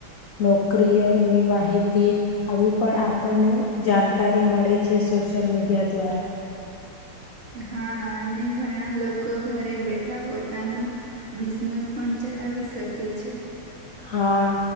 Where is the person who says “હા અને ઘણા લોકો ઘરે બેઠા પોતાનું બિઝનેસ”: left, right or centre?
Right